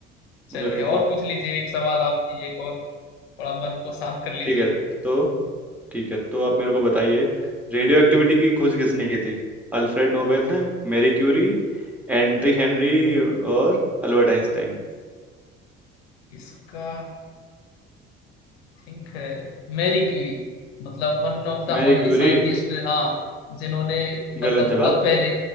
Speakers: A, on the left (about 85°); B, in the centre.
A: चलिए
B: वही
A: और
B: तो
A: पूछ लीजिए एक सवाल आपकी एक और थोड़ा मन को शांत कर लीजिए
B: ठीक है तो ठीक है तो आप मेरे को बताइए रेडियो एक्टिविटी की खोज किसने की थी अल्फ्रेड नोबेल ने मैरी क्यूरी एंट्री हेनरी और अल्बर्ट आइंस्टाइन
A: इसका थिंक है मैरी क्यूरी मतलब one of the
B: Marie
A: only
B: Curie
A: scientist हाँ जिन्होंने मतलब
B: गलत जवाब
A: बहुत पहले